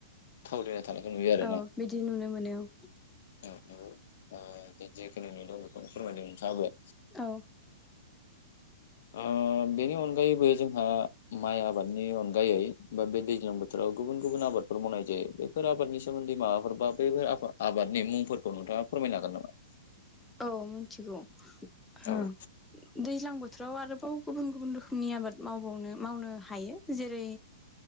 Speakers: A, on the left (about 45°); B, in the centre.
A: <unintelligible> आरोना
B: औ बिदि नुनो मोनो औ।
A: औ नंगौ ओ दे जेखिनि नुदोंं बेखौनो फोरमायदों नोंथाङाबो।
B: औ
A: ओ बेनि अनगायैबो जोंहा माइ आबादनि अनगायै बा बे दैज्लां बोथोराव गुबुन गुबुन आबादफोर मावनाय जायो बेफोर आबादनि सोमोन्दै माबाफोर बा बैफोर आबा आबादनि मुंफोरखौ नोंथाङा फोरमायनो हागोन नामा?
B: औ मिथिगौ। हा
A: औ नंगौ।
B: दैज्लां बो थ्रोआव आरोबाव गुबुन गुबुन रोखोमनि आबाद मावबावनो मावनो हायो। जेरै